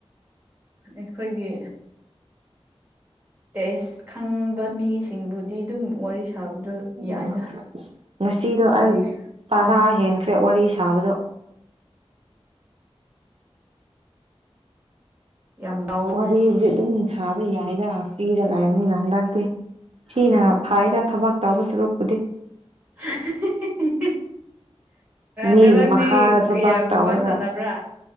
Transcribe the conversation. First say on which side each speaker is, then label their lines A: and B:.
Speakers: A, on the right (about 15°); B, on the right (about 70°).
A: ꯑꯩꯈꯣꯏꯒꯤ ꯇꯦꯁ ꯈꯪꯕ ꯃꯤꯁꯤꯡꯕꯨꯗꯤ ꯑꯗꯨꯝ ꯋꯥꯔꯤ ꯁꯥꯕꯗꯣ
B: ꯎꯝ
A: ꯌꯥꯏꯗ
B: ꯉꯁꯤꯗꯣ
A: ꯀꯔꯤꯁꯨ
B: ꯑꯩ ꯇꯔꯥ
A: ꯎꯝ
B: ꯍꯦꯟꯈ꯭ꯔꯦ ꯋꯥꯔꯤ ꯁꯥꯕꯗꯣ
A: ꯌꯥꯝ ꯂꯥꯎꯋꯤ
B: ꯋꯥꯔꯤꯕꯨꯗꯤ ꯑꯗꯨꯝ ꯁꯥꯕ ꯌꯥꯏꯗ ꯐ꯭ꯔꯤꯗ ꯂꯩꯥꯕꯅꯤꯅ ꯍꯟꯗꯛꯇꯤ ꯁꯤꯅ
A: ꯎꯝ ꯎꯝ
B: ꯐꯥꯏꯗ ꯊꯕꯥꯛ ꯇꯥꯎꯕ ꯁꯔꯨꯛꯄꯨꯗꯤ
A: <unintelligible>
B: ꯃꯤꯒꯤ
A: ꯉꯔꯥꯡꯗꯤ
B: ꯃꯈꯥꯗ ꯊꯕꯥꯛ
A: ꯀꯌꯥꯒꯨꯝꯕ
B: ꯇꯧꯔꯒ
A: ꯁꯥꯟꯅꯕ꯭ꯔꯥ